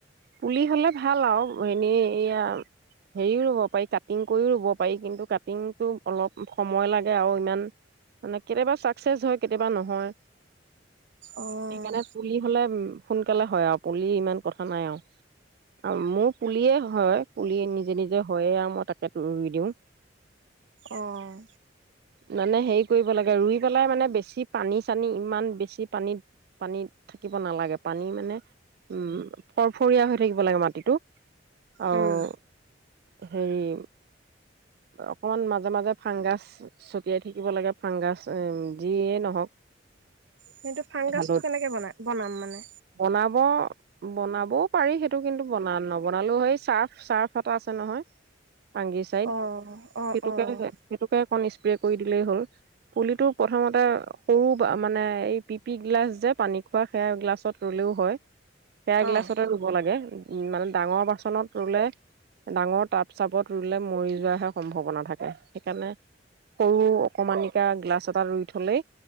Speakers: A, on the right (about 55°); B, on the right (about 70°).
A: পুলি হলে ভাল আৰু এনেই এয়া হেৰিও ৰুব পাৰি কাটিং কৰিও ৰুব পাৰি কিন্তু কাটিংটো অলপ সময় লাগে আৰু ইমান মানে কেতিয়াবা চাকচেচ হয় কেতিয়াবা নহয়
B: অ',
A: সেইকাৰণে পুলি হ'লে উম সোনকালে হয় আৰু পুলি ইমান কথা নাই আৰু মোৰ পুলিয়ে হয় পুলি নিজে নিজে হয়য়ে আৰু মই তাকে ৰুই দিওঁ
B: অ',
A: মানে হেৰি কৰিব লাগে ৰুই পেলাই মানে বেছি পানী চানী ইমান বেছি পানীত পানীত থাকিব নালাগে পানী মানে উম ফৰফৰীয়া হৈ থাকিব লাগে মাটিটো আৰু
B: উম,
A: হেৰি অকমান মাজে মাজে ফাংগাছ ছটিয়াই থাকিব লাগে ফাংগাছ যিয়েই নহওক
B: সেইটো ফাংগাছটো
A: হালত
B: কেনেকে বনাই বনাম মানে,
A: বনাব বনাবও পাৰি সেইটো কিন্তু বনা নবনালেও সেই চাৰ্ফ চাৰ্ফ এটা আছে নহয় আঙগি চাইত
B: অ', অ',
A: সেইটো
B: অ',
A: কাৰণে নাই সেইটো কাৰণে খন স্প্ৰে কৰি দিলেই হ'ল পুলিটো প্ৰথমতে সৰু মানে এই পিপি গ্িলাছ যে পানী খোৱা সেয়া গিলাছত ৰুলেও হয় পে গিলাচতে
B: অ',
A: ৰুব লাগে উ মানে ডাঙৰ বাচনত ৰুলে ডাঙৰ টাব চাবত ৰুলে মৰি যোৱা হে সম্ভাৱনা থাকে সেইকাৰণে সৰু অকণমানিকা গ্লাছ এটা ৰুই থলেই